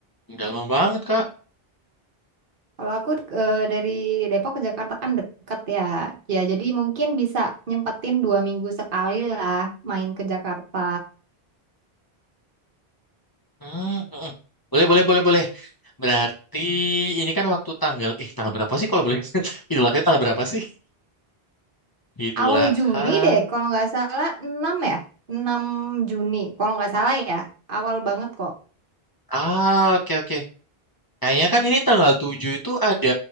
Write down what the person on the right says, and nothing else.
Kalau aku eh, dari Depok ke Jakarta kan deket ya. Ya, jadi mungkin bisa nyempetin dua minggu sekali lah main ke Jakarta.
Awal
Juni deh, kalau nggak salah 6 ya? enam Juni, kalau nggak salah ya. Awal banget kok.